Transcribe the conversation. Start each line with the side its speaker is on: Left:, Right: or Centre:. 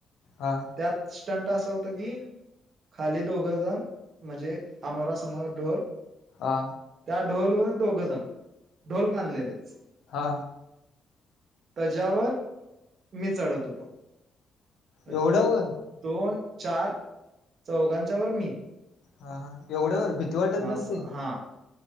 Left: हा.
Right: त्यात स्टंट असा होता की खाली दोघंजण म्हणजे अमोरा समोर ढोल
Left: हा.
Right: त्या ढोलवरच दोघ जण ढोल बांधलेलेच.
Left: हा.
Right: त्याच्यावर मी चढत होतो.
Left: एवढ्यावर?
Right: तो दोन चार चौघांच्या वर मी.
Left: हा हा एवढं वर भिती वाटत
Right: असं
Left: नवती?
Right: हा